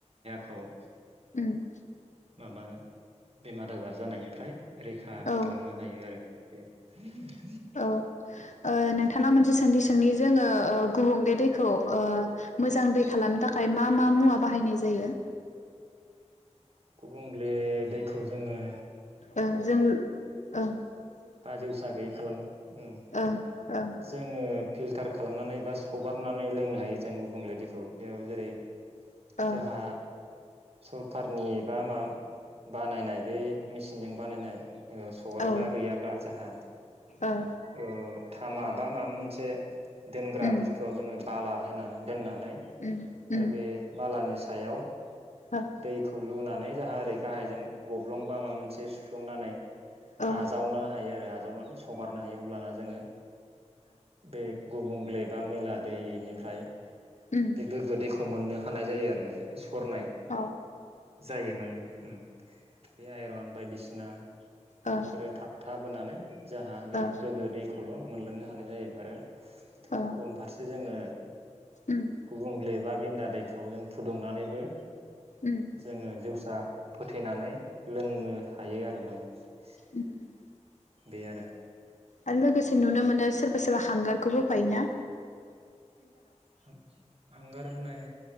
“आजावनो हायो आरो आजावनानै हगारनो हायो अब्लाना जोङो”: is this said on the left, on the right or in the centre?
Right